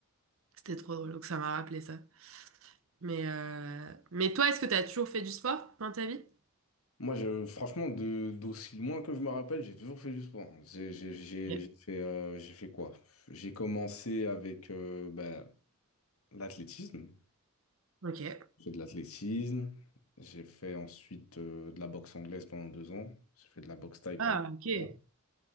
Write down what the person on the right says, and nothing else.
c'était trop drôle. Donc ça m'a rappelé ça. Mais, euh, mais toi, est-ce que tu as toujours fait du sport dans ta vie?
Ouais.
Ok.
Ah,
ok.